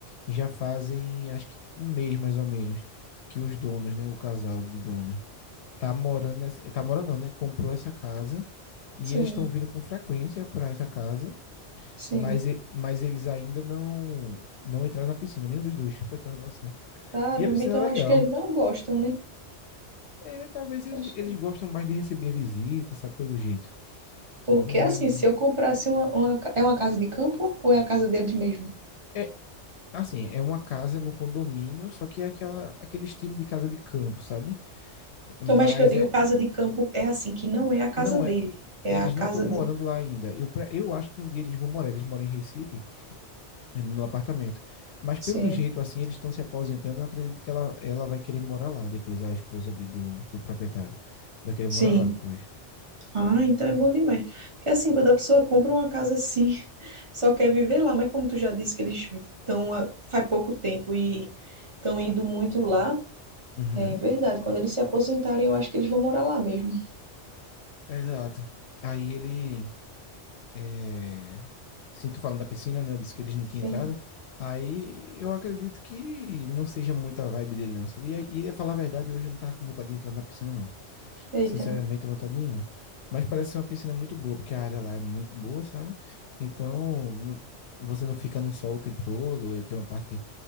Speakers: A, on the left; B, on the right.
A: já fazem, acho que um mês mais ou menos, que os donos, né, o casal de donos, tá morando nessa, tá morando não, né, comprou essa casa e
B: sim,
A: eles estão vindo com frequência para essa casa,
B: sim.
A: mas, e- mas eles ainda não não entraram na piscina, nenhum dos dois, <laughs> pra ter uma noção.
B: Caramba,
A: E a piscina
B: então
A: é legal.
B: acho que eles não gostam, né?
A: É, talvez eles,
B: Acho
A: eles
B: que-
A: gostam mais de receber visitas, sabe, pelo jeito,
B: Porque
A: sabe? Não
B: assim,
A: é, mu-
B: se eu comprasse uma, uma ca- é uma casa de campo ou é a casa deles mesmo?
A: é assim, é uma casa no condomínio, só que é aquela, aquele estilo de casa de campo, sabe? Mas
B: Então, mas que eu digo
A: é,
B: casa de campo é assim, que não é a casa
A: não
B: dele,
A: é,
B: é
A: eles
B: a casa
A: não estão morando
B: de...
A: lá ainda. Eu, eu acho que um dia eles vão morar, eles moram em Recife, eh, no apartamento. Mas
B: Sim,
A: pelo jeito, assim, eles estão se aposentando, eu acredito que ela, ela vai querer morar lá depois, a esposa de- do, do proprietário. Vai querer morar
B: sim.
A: lá depois.
B: Ah, então é bom demais. Porque assim, quando a pessoa compra uma casa assim, <laughs> só quer viver lá, mas como tu já disse que eles estão há- faz pouco tempo e estão indo muito lá,
A: Uhum.
B: é verdade. Quando eles se aposentarem, eu acho que eles vão morar lá mesmo.
A: Exato. Aí ele. É... Assim, tu falando da piscina, né? Eu disse que eles não
B: Sim.
A: tinham entrada. Aí eu acredito que não seja muita a vibe dele, não, sabia? E, e, pra falar a verdade, hoje eu não tava com vontade de entrar na piscina, não.
B: Eita.
A: Sinceramente, não tenho vontade nenhuma. Mas parece ser uma piscina muito boa, porque a área lá é muito boa, sabe? Então, não- você não fica no sol o tempo todo. eh, Tem uma parte